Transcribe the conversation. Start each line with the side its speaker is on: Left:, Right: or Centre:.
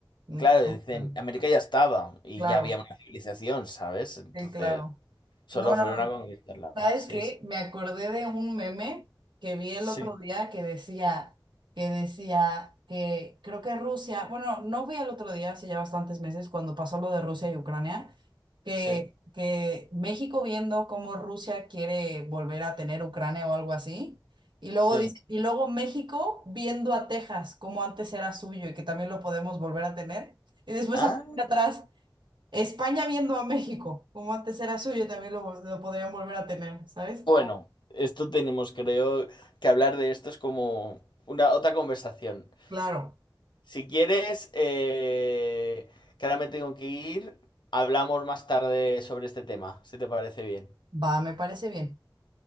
Right: Mm,
Left: Claro, dicen,
Right: ah,
Left: América ya estaba y
Right: Claro,
Left: ya había una civilización, ¿sabes? Entonces,
Right: sí, claro.
Left: solo
Right: No,
Left: fueron
Right: no, no.
Left: a conquistarla.
Right: ¿Sabes
Left: Sí,
Right: qué?
Left: sí,
Right: Me acordé de un meme que vi el
Left: sí,
Right: otro día que decía, que decía que creo que Rusia, bueno, no vi el otro día, hace ya bastantes meses, cuando pasó lo de Rusia y Ucrania, que,
Left: sí,
Right: que México viendo cómo Rusia quiere volver a tener Ucrania o algo así, y luego
Left: sí.
Right: dice, y luego México viendo a Texas como antes era suyo y que también lo podemos volver a tener, y después
Left: Ah,
Right: <laughs> aparece atrás, España viendo a México, como antes era suyo, también lo, vol- lo podrían volver a tener, ¿sabes?
Left: Bueno, esto tenemos, creo, que hablar de esto es como una otra conversación.
Right: Claro,
Left: Si quieres, eh, que ahora me tengo que ir, hablamos más tarde sobre este tema, si te parece bien.
Right: va, me parece bien.